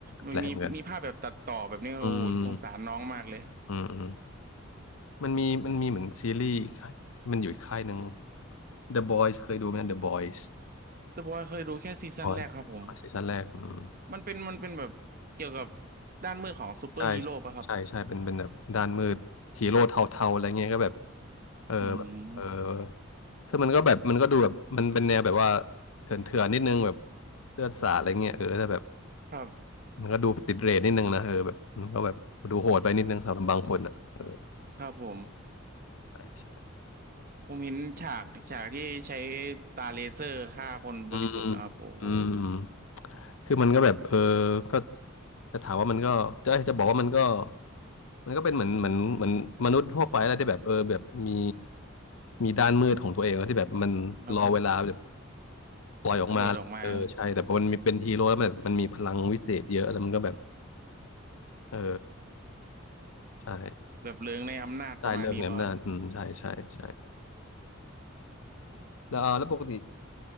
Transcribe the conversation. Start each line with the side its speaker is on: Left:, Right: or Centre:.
Right: มันมีมีภาพแบบตัดต่อแบบนี้โอ้สงสารน้องมากเลย
Left: แปลกเหมือนกันอืมอืมอืมมันมีมันมีเหมือนซีรีส์อีกค่ายที่มันอยู่อีกค่ายหนึ่ง The Boys เคยดูไหม The Boys
Right: แต่บอกว่าเคยดูแค่ซีซั่นแรกครับผม
Left: Boys อ๋อซีซั่นแรกอืม
Right: มันเป็นมันเป็นแบบเกี่ยวกับด้านมืดของซูเปอร์ฮีโร่ป่ะครับ
Left: ใช่ใช่ใช่เป็นเป็นแบบด้านมืดฮีโร่เทาๆอะไรเงี้ยก็แบบเออแบบเออ
Right: อืม
Left: ซึ่งมันก็แบบมันก็ดูแบบมันเป็นแนวแบบว่าเถื่อนๆนิดนึงแบบเลือดสาดอะไรเงี้ยเออถ้าแบบ
Right: ครับ
Left: มันก็ดูติดเรทนิดนึงนะเออแบบมันก็แบบดูโหดไปนิดนึงสำหรับบางคนอ่ะเออ
Right: ครับผม
Left: ใช่ใช่
Right: ผมเห็นฉากฉากที่ใช้ตาเลเซอร์ฆ่าคนบริสุทธิ์นะครับโอ้โห
Left: อืมอืมอืมคือมันก็แบบเออก็จะถามว่ามันก็จะจะบอกว่ามันก็ มันก็เป็นเหมือนเหมือนเหมือนมนุษย์ทั่วไปแล้วที่แบบเออแบบมีมีด้านมืดของตัวเองแล้วที่แบบมันรอเวลาแบบ
Right: แบบ
Left: ปล่อยออกมาเออใช่แต่พอมันมีเป็นฮีโร่แล้วมันมันมีพลังวิเศษเยอะแล้วมันก็แบบ
Right: ระเบิดออกมา
Left: เออใช่
Right: แบบเลิงในอำนาจประมาณนี้ป่ะครับ
Left: ได้เรื่ในอำนาจอืมใช่ใช่ใช่แล้วเออแล้วปกติ